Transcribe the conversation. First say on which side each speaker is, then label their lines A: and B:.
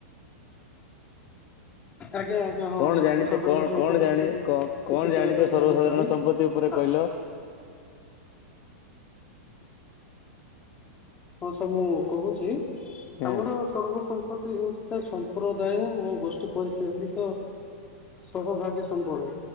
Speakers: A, on the left; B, on the left.
A: ଆଜ୍ଞା ଆଜ୍ଞା ହଁ
B: କଣ
A: ସର୍ବସାଧାରଣ
B: ଜାଣିଛ କଣ
A: ସମ୍ପତ୍ତି
B: କଣ ଜାଣି
A: ଉପରେ
B: କଣ
A: କିଛି କହିବା
B: ଜାଣିଛ
A: ପାଇଁ
B: ସର୍ବସାଧାରଣ
A: ଚାହୁଁଥିଲି
B: ସମ୍ପତ୍ତି ଉପରେ କହିଲ
A: ଆଁ ହଁ ସାର୍ ମୁଁ କହୁଚି
B: ହଁ
A: ଆମର ସର୍ବ ସମ୍ପତ୍ତି ହେଉଚି ସାର ସମ୍ପ୍ରଦାୟ ଓ ଗୋଷ୍ଠୀ ପରିଚାଳିତ ସହଭାଗୀ ସମ୍ବଳ।